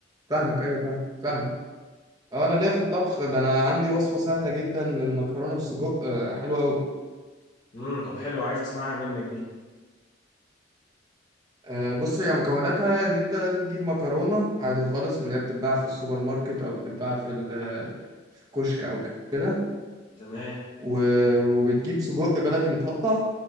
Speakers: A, on the right (about 20°); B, on the left (about 35°).
A: فاهمك أيوه فاهم فاهم اه انا ليا في الطبخ ده انا عندي وصفه سهله جدا للمكرونه بالسجق آه، حلوه قوي
B: امم طب حلو عايز اسمعها منك دي
A: آه، بص هي مكوناتها ان انت بتجيب مكرونه عادي خالص من اللي هي بتتباع في السوبر ماركت او بتتباع في ال- في الكشك او كده
B: تمام
A: و- وبتجيب سجق بلدي متقطع